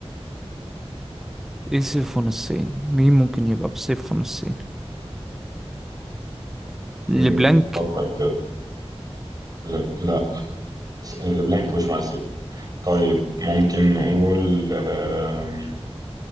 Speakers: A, in the centre; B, on the right.
A: ايه سيف ونصين مين ممكن يبقى بسيف ونصين لبلانك
B: مم، فكر كده لا لا س- البلانك مش مع سيف طيب ممكن نقول آه...